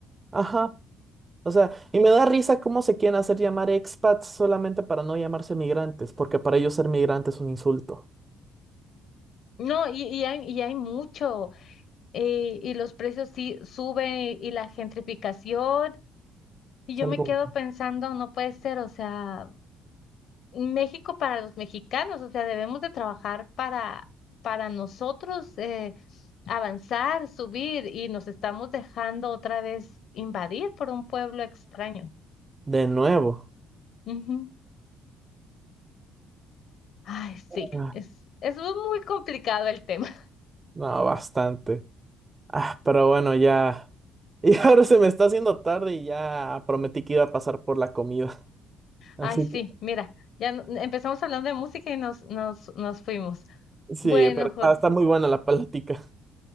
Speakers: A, on the right; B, on the left.
A: Ajá. O sea, y me da risa cómo se quieren hacer llamar expats solamente para no llamarse migrantes, porque para ellos ser migrante es un insulto.
B: No, y, y hay, y hay mucho, eh, y los precios sí suben y, y la gentrificación, y
A: Es
B: yo
A: algo
B: me quedo pensando, no puede ser, o sea, México para los mexicanos, o sea, debemos de trabajar para, para nosotros eh, avanzar, subir, y nos estamos dejando otra vez invadir por un pueblo extraño.
A: de nuevo.
B: Ujú. Ay, sí,
A: Ah,
B: es, es muy complicado el tema.
A: no, bastante. Ah, pero bueno, ya. <laughs> Y ahora se me está haciendo tarde y ya prometí que iba a pasar por la comida. <laughs> Así
B: Ay, sí,
A: que
B: mira, ya no- empezamos hablando de música y nos, nos, nos fuimos.
A: sí,
B: Bueno,
A: pero está,
B: Jorge.
A: está muy buena la plática.